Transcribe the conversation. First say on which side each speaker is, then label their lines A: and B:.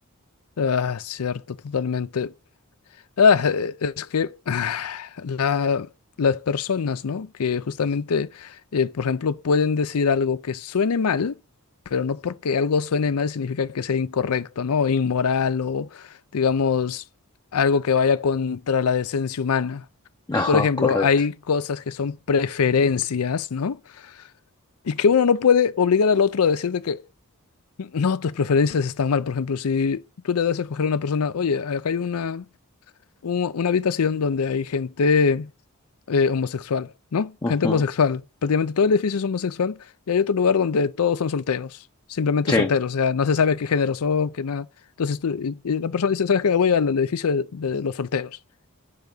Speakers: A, on the left (about 75°); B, on the left (about 20°).
A: Ah, cierto, totalmente. Ah, eh, es que ah, la- las personas, ¿no? Que justamente, eh, por ejemplo, pueden decir algo que suene mal, pero no porque algo suene mal significa que sea incorrecto, ¿no? O inmoral o, digamos, algo que vaya contra la decencia humana.
B: Ajá,
A: Por ejemplo,
B: correcto.
A: hay cosas que son preferencias, ¿no? Y que uno no puede obligar al otro a decir de que no, tus preferencias están mal. Por ejemplo, si tú le das a escoger a una persona, oye, acá hay una un- una habitación donde hay gente eh, homosexual, ¿no?
B: Ujú,
A: Gente homosexual. Prácticamente todo el edificio es homosexual y hay otro lugar donde todos son solteros, simplemente
B: Sí.
A: solteros, o sea, no se sabe qué género son, qué nada. Entonces tú- y, y la persona dice, ¿sabes qué? Voy al, al edificio de, de los solteros.